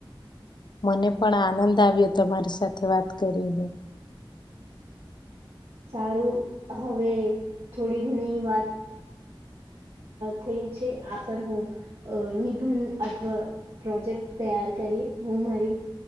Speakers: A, on the left; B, on the right.
A: મને પણ આનંદ આવ્યો તમારી સાથે વાત કરીને
B: સારું હવે થોડી ઘણી વાત થઈ છે આ પર હું નિબંધ અથવા પ્રોજેક્ટ તૈયાર કરી હું મારી